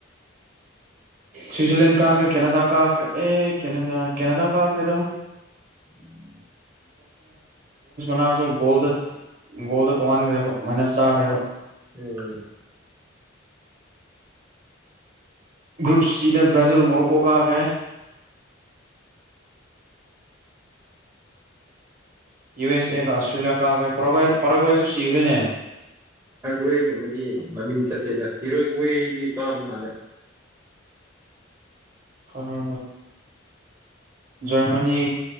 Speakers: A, on the right; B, on the right.
A: ꯁ꯭ꯋꯤꯖꯔꯂꯦꯟ ꯀꯥꯒ꯭ꯔꯦ ꯀꯦꯅꯥꯗꯥ ꯀꯥꯈ꯭ꯔꯦ ꯑꯦ ꯀꯦꯅꯥꯗꯥ ꯀꯦꯅꯥꯗꯥ ꯀꯥꯈ꯭ꯔꯦꯗ
B: <inaudible>
A: <unintelligible> ꯒꯣꯜꯗ ꯇꯣꯡꯉꯥꯟꯈ꯭ꯔꯦꯕ ꯃꯥꯏꯅꯁ ꯆꯥꯈ꯭ꯔꯦꯕ
B: ꯎꯝ
A: ꯒ꯭ꯔꯨꯞ ꯁꯤꯗ ꯕ꯭ꯔꯥꯖꯤꯜ ꯃꯣꯔꯣꯀꯣ ꯀꯥꯈ꯭ꯔꯦ ꯌꯨ ꯑꯦꯁ ꯑꯦꯒ ꯑꯁꯇ꯭ꯔꯦꯂꯤꯌꯥ ꯀꯥꯈ꯭ꯔꯦ ꯄꯔꯥꯒ ꯄꯔꯒ꯭ꯋꯦꯁꯨ ꯁꯤꯈ꯭ꯔꯦꯅꯦ
B: ꯋꯦꯒꯨꯝꯕꯗꯤ ꯃꯃꯤꯡ ꯆꯠꯇꯦꯗ ꯍꯤꯔꯣꯏ ꯋꯦꯗꯤ ꯀꯥꯕ ꯃꯥꯜꯂꯦ
A: ꯐꯔ ꯖ꯭ꯔꯃꯅꯤ